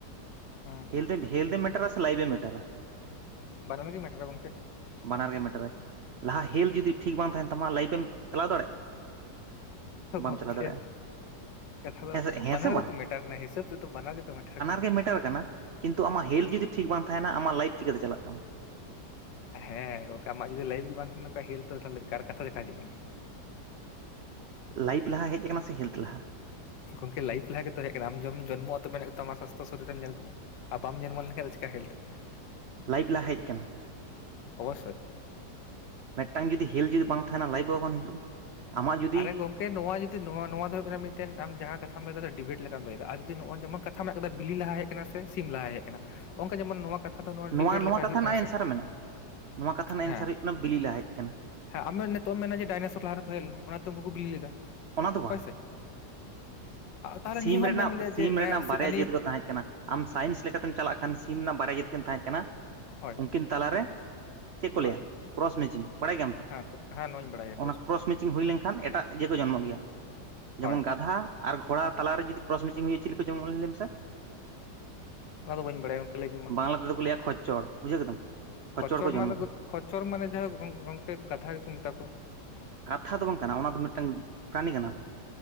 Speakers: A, on the left; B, on the right.
A: ᱦᱩᱸ, ᱦᱩᱸ,
B: ᱦᱮᱞᱛ ᱦᱮᱞᱛ ᱮ ᱢᱮᱴᱟᱨᱟ ᱥᱮ ᱞᱟᱭᱤᱯ ᱮᱢ ᱢᱮᱴᱟᱨᱟ᱾
A: ᱵᱟᱱᱟᱨ ᱜᱮ ᱢᱮᱴᱟᱨᱟ ᱜᱚᱢᱠᱮ᱾
B: ᱵᱟᱱᱟᱨ ᱜᱮ ᱢᱮᱴᱟᱨᱟ ᱞᱟᱦᱟ ᱦᱮᱞᱛ ᱡᱩᱫᱤ ᱴᱷᱤᱠ ᱵᱟᱝ ᱛᱟᱦᱮᱱ ᱛᱟᱢᱟ᱾ ᱞᱟᱭᱤᱯᱮᱢ ᱪᱟᱞᱟᱣ ᱫᱟᱲᱮᱭᱟᱜᱼᱟ? ᱵᱟᱢ
A: ᱜᱚᱢᱠᱮ
B: ᱪᱟᱞᱟᱣ ᱫᱟᱲᱮᱭᱟᱜᱼᱟ
A: ᱠᱟᱛᱷᱟ ᱫᱚ
B: ᱦᱮᱸ ᱥᱮ ᱦᱮᱸ
A: ᱵᱟᱱᱟᱨ
B: ᱥᱮ ᱵᱟᱝ
A: ᱜᱮᱛᱚ ᱢᱮᱴᱟᱨ ᱠᱟᱱᱟ ᱦᱤᱥᱟᱹᱵ ᱨᱮᱫᱚ ᱵᱟᱱᱟᱨ ᱜᱮᱛᱚ ᱢᱮᱴᱟᱨ ᱠᱟᱱᱟ᱾
B: ᱜᱮ ᱢᱮᱴᱟᱨ ᱠᱟᱱᱟ ᱠᱤᱱᱛᱩ ᱟᱢᱟᱜ ᱦᱮᱞᱛ ᱡᱩᱫᱤ ᱴᱷᱤᱠ ᱵᱟᱝ ᱛᱟᱦᱮᱱᱟ ᱟᱢ ᱞᱟᱭᱤᱯᱷ ᱪᱤᱠᱟᱹᱛᱮ ᱪᱟᱞᱟᱜ ᱛᱟᱢᱟ
A: ᱦᱮᱸ ᱜᱚᱝᱠᱮ ᱟᱢᱟᱜ ᱡᱩᱫᱤ ᱞᱟᱭᱤᱯᱷ ᱜᱮ ᱵᱟᱝ ᱛᱟᱦᱮᱱ ᱱᱚᱝᱠᱟ ᱦᱮᱞ ᱛᱚ ᱛᱟᱦᱚᱞᱮ ᱠᱟᱨ ᱠᱟᱛᱷᱟ ᱪᱮᱠᱟᱹ ᱦᱤᱡᱩᱜ ᱠᱟᱱᱟ
B: ᱞᱟᱭᱤᱯᱷ ᱞᱟᱦᱟ ᱦᱮᱡ ᱠᱟᱱᱟ ᱥᱮ ᱦᱮᱞᱛ ᱞᱟᱦᱟ?
A: ᱜᱚᱢᱠᱮ ᱞᱟᱭᱤᱯᱷ ᱞᱟᱦᱟ ᱜᱮᱛᱚ ᱦᱮᱡ ᱠᱟᱱᱟ ᱟᱢ ᱡᱚᱢ ᱡᱚᱨᱢᱚ ᱠᱟᱛᱮ ᱧᱮᱞ ᱛᱟᱢᱟᱢ ᱥᱟᱥᱛᱷᱚ ᱥᱚᱨᱤᱨ ᱨᱮᱢ ᱧᱮᱞ ᱛᱟᱢᱟ᱾ ᱟᱨ ᱵᱟᱢ ᱡᱚᱨᱢᱚ ᱞᱮᱱᱠᱷᱟᱱᱡ ᱫᱚ ᱪᱮᱠᱟᱹ ᱦᱮᱞᱛ
B: ᱞᱟᱭᱤᱯ ᱞᱟᱦᱟ ᱦᱮᱡ ᱟᱠᱟᱱᱟ᱾
A: ᱚᱵᱚᱥᱚᱭ
B: ᱢᱤᱫᱴᱟᱝ ᱡᱩᱫᱤ ᱦᱮᱞᱛ ᱡᱩᱫᱤ ᱵᱟᱝ ᱛᱟᱦᱮᱱᱟ᱾ ᱞᱟᱭᱤᱯ ᱚᱠᱟ ᱠᱷᱚᱱ ᱦᱤᱡᱩᱜᱼᱟ? ᱟᱢᱟᱜ ᱡᱩᱫᱤ
A: ᱟᱨᱨᱮ ᱜᱚᱢᱠᱮ ᱱᱚᱣᱟ ᱡᱩᱫᱤ ᱱᱚᱣᱟ ᱫᱚ ᱦᱩᱭᱩᱜ ᱠᱟᱱᱟ ᱢᱤᱫᱴᱮᱱ ᱟᱢ ᱡᱟᱦᱟᱸ ᱠᱛᱷᱟᱢ ᱞᱟᱹᱭᱮᱫᱟ ᱰᱤᱵᱮᱴ ᱞᱮᱠᱟᱢ ᱞᱟᱹᱭᱟ ᱟᱨ ᱡᱩᱫᱤ ᱱᱚᱜᱼᱟ ᱡᱮᱢᱚᱱ ᱢᱮᱱᱟᱜ ᱠᱟᱫᱟ ᱵᱤᱞᱤ ᱞᱟᱦᱟ ᱦᱮᱡ ᱟᱠᱟᱱᱟ ᱥᱮ ᱥᱤᱢ ᱞᱟᱦᱟ ᱦᱮᱡ ᱟᱠᱟᱱᱟ ᱚᱱᱠᱟ ᱡᱮᱢᱚᱱ ᱱᱚᱣᱟ ᱠᱟᱛᱷᱟ ᱫᱚ
B: ᱱᱚᱣᱟ
A: ᱰᱤᱵᱮᱴ
B: ᱱᱚᱣᱟ
A: ᱞᱮᱠᱟ
B: ᱠᱟᱛᱷᱟ
A: ᱦᱩᱭᱩᱜ
B: ᱨᱮᱱᱟᱜ
A: ᱠᱟᱱᱟ
B: ᱮᱱᱥᱟᱨ
A: ᱥᱮ
B: ᱢᱮᱱᱟᱜᱼᱟ ᱱᱚᱣᱟ ᱠᱟᱛᱷᱟ ᱨᱮᱱᱟᱜ
A: ᱦᱮᱸ
B: ᱮᱱᱥᱟᱨ ᱦᱩᱭᱩᱜ ᱠᱟᱱᱟ ᱵᱤᱞᱤ ᱞᱟᱦᱟ ᱦᱮᱡ ᱟᱠᱟᱱᱟ᱾
A: ᱦᱮᱸ ᱟᱢ ᱱᱤᱛᱚᱜ ᱮᱢ ᱢᱮᱱᱟ ᱡᱮ ᱰᱟᱭᱱᱮᱥᱚᱨ ᱞᱟᱦᱟ ᱨᱮᱠᱚ ᱦᱮᱡ ᱞᱮᱱᱟ ᱚᱱᱟ ᱛᱮ ᱩᱱᱠᱩ ᱠᱚ ᱵᱤᱞᱤ ᱞᱮᱫᱟ
B: ᱚᱱᱟ ᱫᱚ ᱵᱟᱝ
A: ᱦᱳᱭ ᱥᱮ ᱛᱟᱦᱞᱮ
B: ᱥᱤᱢ
A: ᱱᱤᱭᱟᱹ ᱦᱚᱸᱢ
B: ᱨᱮᱱᱟᱜ
A: ᱢᱮᱱ ᱫᱟᱲᱮᱭᱜᱼᱟ
B: ᱥᱤᱢ ᱨᱮᱱᱟᱜ ᱵᱟᱨᱭᱟ
A: <unintelligible>
B: <unintelligible> ᱟᱢ ᱥᱟᱭᱮᱱᱥ ᱞᱮᱠᱟᱛᱮᱢ ᱪᱟᱞᱟᱜ ᱠᱷᱟᱱ ᱥᱤᱢ ᱨᱮᱱᱟᱜ ᱵᱟᱨᱭᱟ ᱡᱟᱹᱛ ᱠᱤᱱ ᱛᱟᱦᱮᱸ ᱠᱟᱱᱟ
A: ᱦᱳᱭ
B: ᱩᱱᱠᱤᱱ ᱛᱟᱞᱟᱨᱮᱼᱼ ᱪᱮᱫ ᱠᱚ
A: ᱦᱳᱭ
B: ᱞᱟᱹᱭᱟ ᱠᱨᱚᱥ ᱢᱮᱪᱤᱝ ᱵᱟᱲᱟᱭ ᱜᱮᱭᱟᱢ ᱛᱚ
A: ᱦᱮᱸ ᱦᱮᱸ ᱱᱚᱣᱟᱧ ᱵᱟᱲᱟᱭᱟ
B: ᱚᱱᱟ ᱠᱨᱚᱥ ᱢᱮᱪᱤᱝ ᱦᱩᱭ ᱞᱮᱱ ᱠᱷᱟᱱ ᱮᱴᱟᱜ <unintelligible> ᱜᱮᱭᱟ ᱡᱮᱢᱚᱱ
A: ᱦᱳᱭ
B: ᱜᱟᱫᱷᱟ ᱟᱨ ᱜᱷᱚᱲᱟ ᱛᱟᱞᱟ ᱨᱮ ᱡᱩᱫᱤ ᱠᱨᱚᱥ ᱢᱤᱪᱤᱝ ᱦᱩᱭᱩᱜᱼᱟ ᱪᱤᱞᱤ ᱠᱚ ᱡᱚᱨᱢᱚᱜᱼᱟ ᱞᱟᱹᱭ ᱢᱮ ᱥᱮ
A: ᱚᱱᱟ ᱫᱚ ᱵᱟᱹᱧ ᱵᱟᱲᱟᱭᱟ ᱜᱚᱝᱠᱮ ᱞᱟᱹᱭ ᱢᱮ ᱢᱟ
B: ᱵᱟᱝᱞᱟ ᱛᱮ ᱫᱚ ᱠᱚ ᱞᱮᱭᱟ ᱠᱷᱚᱪᱪᱚᱲ ᱵᱩᱡᱷᱟᱹᱣ ᱠᱮᱫᱟᱢ
A: ᱠᱷᱚᱪᱪᱚᱲ
B: ᱠᱚ ᱡᱚᱱᱢᱚᱜᱼᱟ
A: ᱢᱟᱱᱮ ᱠᱷᱚᱪᱪᱚᱲ ᱢᱟᱱᱮ ᱡᱟᱦᱟᱸ ᱜᱚᱝᱠᱮ ᱜᱟᱫᱷᱟ ᱜᱮ ᱠᱚ ᱢᱮᱛᱟ ᱠᱚᱣᱟ
B: ᱠᱟᱛᱷᱟ ᱫᱚ ᱵᱟᱝ ᱠᱟᱱᱟ ᱚᱱᱟ ᱫᱚ ᱢᱤᱫᱴᱟᱝ ᱯᱨᱟᱱᱤ ᱠᱟᱱᱟ ᱠᱚ